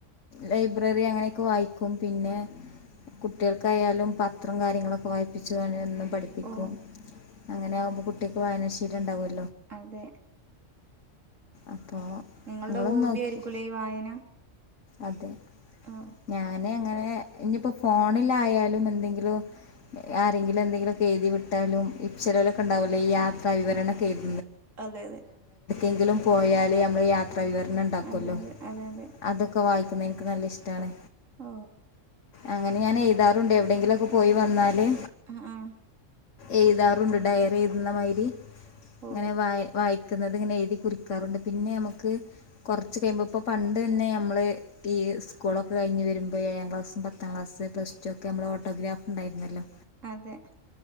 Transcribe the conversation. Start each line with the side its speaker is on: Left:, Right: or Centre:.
Left: ലൈബ്രറി അങ്ങനെയൊക്കെ വായിക്കും പിന്നെ കുട്ടികൾക്കായാലും പത്രം കാര്യങ്ങളൊക്കെ വായിപ്പിച്ചുും പഠിപ്പിക്കും
Right: ഓ
Left: അങ്ങനെ ആകുമ്പോ കുട്ടിക്ക് വായനാശീൽ ഉണ്ടാവുംലോ
Right: അതെ
Left: അപ്പോൾ
Right: നിങ്ങളുടെ
Left: നിങ്ങളും
Right: ഹോബി
Left: നോക്കി
Right: ആയിരിക്കൂല്ലേ വായന
Left: അതെ
Right: ഓ
Left: ഞാനെ എങ്ങനെ ഇനിയിപ്പോ ഫോണിലായാലും എന്തെങ്കിലും- ആരെങ്കിലും എന്തെങ്കിലുയൊക്കെ എഴുതി വിട്ടാലും ഈ ചെലവരൊക്ക ഉണ്ടാവല്ലേ യാത്ര വിവരണൊക്കെ- എുതി
Right: അതെ അതെ
Left: എങ്കിലും പോയാല് നമ്മള് യാത്രാവിവരണം ഉണ്ടാക്കുല്ലോ
Right: അതെ അതെ അതെ അതെ
Left: അത് ഒക്കെ വായിക്കുന്ന എനിക്ക് നല്ല ഇഷ്ട്ടാണ്.
Right: ഓ
Left: അങ്ങനെ ഞാൻ എഴുതാറുണ്ട്. എവിടെയെങ്കിലും ഒക്കെ പോയി വന്നാല്
Right: ആഹ
Left: എഴുതാറുണ്ട് ഡയറി എഴുതുന്ന മാതിരി ഇങ്ങനെ
Right: ഓ
Left: വ വായി ക്കുന്നത് ഇങ്ങനെ എഴുതി കുറിക്കാറുണ്ട് പിന്നെ നമുക്ക് കുറച്ച് കഴിയുമ്പോ ഇപ്പ പണ്ട് തന്നെ <unintelligible> നമ്മള് ഈ സ്കൂളൊക്കെ കഴിഞ്ഞ് വരുമ്പയെ ഏഴാം ക്ലാസും, പത്താം ക്ലാസ്, പ്ലസ് ടു, ഒക്കെ നമ്മ ഓട്ടോഗ്രാഫ് ഉണ്ടായിരുന്നല്ലോ.
Right: അതെ.